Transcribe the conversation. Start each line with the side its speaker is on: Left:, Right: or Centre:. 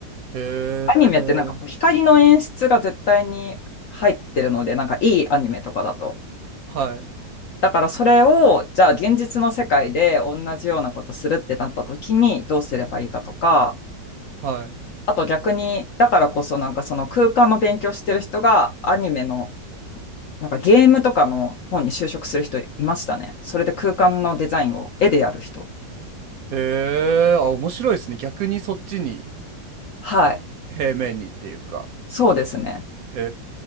Right: へえ。
Left: アニメってなんかこう光の演出が絶対に入ってるので、なんかいいアニメとかだと。
Right: はい
Left: だからそれを、じゃあ現実の世界で同じようなことするってなった時にどうすればいいかとか、
Right: はい。
Left: あと逆に、だからこそなんかその空間の勉強してる人がアニメのなんかゲームとかの方に就職する人いましたね。それで空間のデザインを絵でやる人。
Right: へえ。あ、面白いですね。逆にそっちに
Left: はい。
Right: 平面にっていうか。
Left: そうですね。
Right: へ